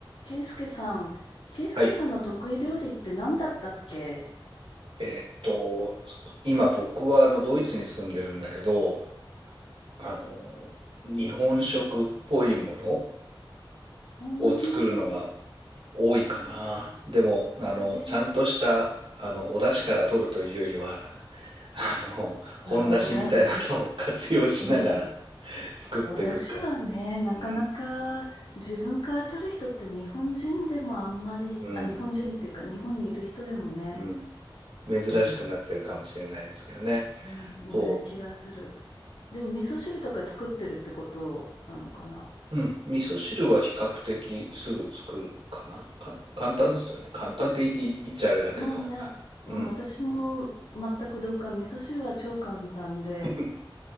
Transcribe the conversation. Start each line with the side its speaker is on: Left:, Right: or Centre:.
Left: ケイスケさん、ケイスケさんの得意料理って何だったっけ
Right: はい。えーっと、今僕はあのドイツに住んでるんだけど、あの、日本食っぽいもの
Left: うーん。
Right: を作るのが多いかな。でも、あの、
Left: ねえー。
Right: ちゃんとした、あの、お出汁から取るというよりは、あの、本出汁みたいなのを活用しながら
Left: あ、おだ、おだ、うん。
Right: <laughs> 作っていくから。
Left: お出汁はね、なかなか自分から取る人って日本人でもあんまり、
Right: うん、うん、
Left: あ、日本人っていうか日本にいる人でもね、
Right: うん。珍しくなってるかもしれないですけどね。
Left: うん、うん、
Right: そう。
Left: いない気がする。でも味噌汁とか作ってるってことなのかな
Right: うん。味噌汁は比較的すぐ作るかな。か、簡単ですよね。簡単って言い、言っちゃあれだけど。
Left: うん、いや、うん、
Right: うん。
Left: 私も全く同感。味噌汁は超簡単で、
Right: <laughs>